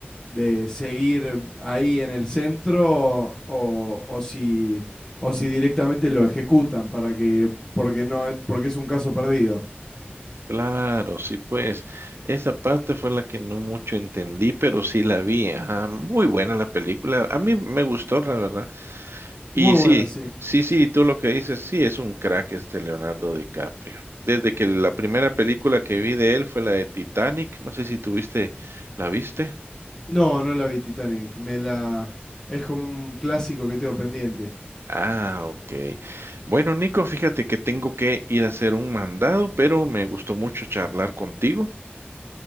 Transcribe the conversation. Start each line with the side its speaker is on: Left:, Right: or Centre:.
Left: de seguir ahí en el centro o, o si, o si directamente lo ejecutan para que, porque no, porque es un caso perdido.
Right: Claro, sí, pues esa parte fue la que no mucho entendí, pero sí la vi. Ajá, muy buena la película. A mí me gustó, la verdad. Y
Left: Muy
Right: sí,
Left: buena, sí.
Right: sí, sí, tú lo que dices, sí, es un crack este Leonardo DiCaprio. Desde que la primera película que vi de él fue la de Titanic, no sé si tuviste, ¿la viste?
Left: No, no la vi Titanic. Me la. Es como un clásico que tengo pendiente.
Right: Ah, ok. Bueno, Nico, fíjate que tengo que ir a hacer un mandado, pero me gustó mucho charlar contigo.